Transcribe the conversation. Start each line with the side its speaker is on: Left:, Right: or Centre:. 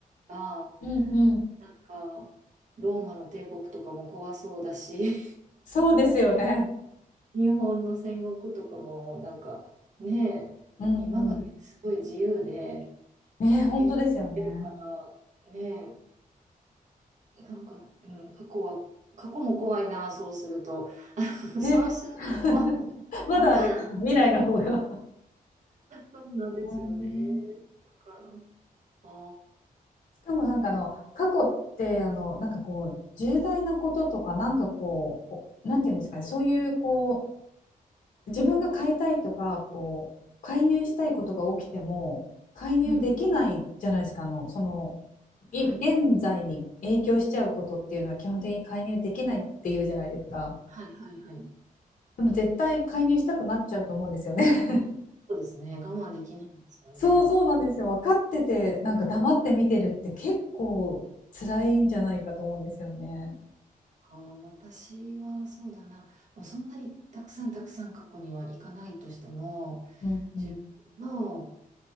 Right: か、
Left: うんうん、
Right: なんかローマの帝国とかも怖そうだし、
Left: そうですよね。
Right: 日本の戦国とかもなんかねえ今がすごい自由で
Left: うんうん。ね、本当ですよね。
Right: 恵まれてるからねえなんか、うん、過去は過去も怖いなそうすると <laughs> そうすると
Left: ね、<laughs> まだあれか、
Right: <laughs>
Left: 未来の方が。
Right: そうなんですよね
Left: うん
Right: だからああ
Left: しかもなんかあの過去ってあのなんかこう重大なこととかなんかこうおなんていうんですかねそういうこ
Right: そっか
Left: う自分が買いたいとかこう介入したいことが起きても介入できないじゃないですかあのその
Right: うん
Left: 現在に影響しちゃうことっていうのは基本的に介入できないっていうじゃないですか。
Right: はいはいはいはい
Left: でも絶対介入したくなっちゃうと思うんですよね <laughs>。
Right: そうですね我慢できないんですよね
Left: そうそうなんですよ。分かってて、なんか黙って見てるって結構辛いんじゃないかと思うんですよね。
Right: か私はそうだなもうそんなにたくさんたくさん過去には行かないとしても
Left: うんうん。
Right: 自分の、